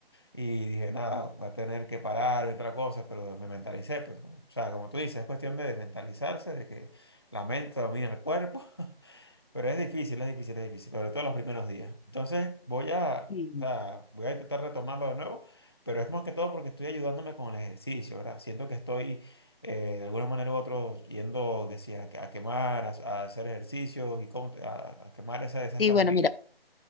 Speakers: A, on the left; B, on the left.
A: y dije, nada, va a tener que parar y otra cosa, pero me mentalicé, pues, como- o sea, como tú dices, es cuestión de mentalizarse, de que la mente domina el cuerpo, <laughs> pero es difícil, es difícil, es difícil, sobre todo los primeros días. Entonces, voy a,
B: Sí,
A: o sea, voy a intentar retomarlo de nuevo, pero es más que todo porque estoy ayudándome con el ejercicio, ¿verdad? Siento que estoy, eh, de alguna manera u otra, yendo, que sí, a, a quemar, a, a hacer ejercicio y cómo, a, a quemar esa- esas
B: Sí,
A: calorías.
B: bueno, mira.